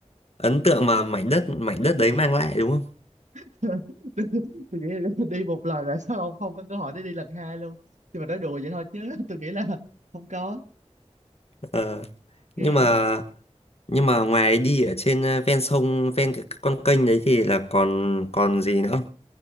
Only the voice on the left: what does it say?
ấn tượng mà mảnh đất mảnh đất đấy mang lại đúng không
ờ nhưng
mà
nhưng mà ngoài đi ở trên ờ, ven sông ven cái con kênh đấy thì là còn còn gì nữa không